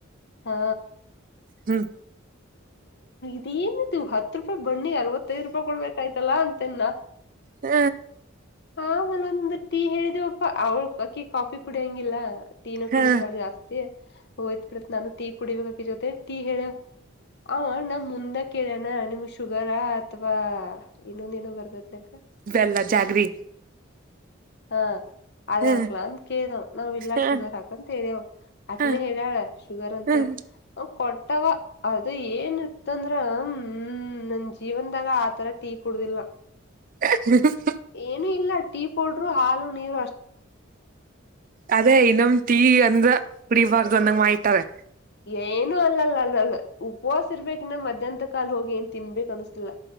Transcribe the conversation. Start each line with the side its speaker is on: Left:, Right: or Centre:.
Left: ಹಾ
Right: ಹ್ಮ್
Left: ಅದೂ ಏನ್ ಅದು ಹತ್ತು ರೂಪಾಯಿ ಬನ್ ಗೆ ಅರವತ್ತೈದು ರೂಪಾಯ ಕೊಡಬೇಕಾ ಆಯಿತು ಚೋಲ ಅಂತಿನಿ ನಾ
Right: ಹ್ಮ
Left: ಆಮ್ಯಾಲೆ ಒಂದ ಟೀ ಹೇಳಿದಿವಪ್ಪ ಅವಳ ಅಕಿ ಕಾಫಿ ಕುಡಿಯಂಗಿಲ್ಲ ಟೀ ನೇ
Right: ಹ
Left: ಕುಡಿತಾಳ ಜಾಸ್ತಿ ಹೋತ ಬಿಡ ನಾನು ಟೀ ಕುಡಿಬೇಕ ಅಂತ ಜೊತೆ ಟೀ ಹೇಳವ್ ಅವ ನಮ್ಮ ಮುಂದ ಕೇಳನ ನಾ ನಿಮಗ ಶುಗರಾ ಅಥವಾ ಇನ್ನೊಂದ್ ಏನೋ ಬರ್ತೈತ್ಲಕ್ಕ
Right: ಬೇಲ್ಲ ಜಾಗ್ರಿ
Left: ಹಾ ಅದ್
Right: ಹ
Left: ಹಾಕಲಿ ಅಂತ ಕೇಳದ ಅವ್ ಇಲ್ಲಾ
Right: ಹ
Left: ಶುಗರ್ ಹಾಕಂತ ಹೇಳ್ಯವೆ ಅಕನೇ
Right: ಹ
Left: ಹೇಳ್ಯಾಳ ಶುಗರ್ ಅಂತ
Right: ಹ
Left: ಹೇಳಿ ತಾವ ಅದು ಏನ್ ಇತ್ತ ಅಂದ್ರ ಹ್ಮ್ ನನ್ ಜೀವನ್ದಾಗ ಆ ತರ ಟೀ ಕುಡುದಿಲ್ಲ
Right: ಹ
Left: ಏನು ಇಲ್ಲ ಟೀ ಪೌಡ್ರು ಹಾಲು ನೀವ್
Right: ಅದೇ ಇನ್ನ್ ಟೀ ಅಂದ್ರ ಕುಡಿ ಇಬಾರ್ದುಂದಂಗ ಮಾಡ್ತಾರೆ
Left: ಏನು ಅಲ್ಲಲ್ಲ ಅಲ್ಲಲ್ಲ ಉಪವಾಸ ಇರ್ಬೇಕಂದ ಮಧ್ಯ್ಯಾಹಂತ ಕಾಲ್ ಹೋಗಿ ಏನ್ ತಿನ್ಬೇಕಕ್ ಅನ್ಸ್ತಿಲ್ಲ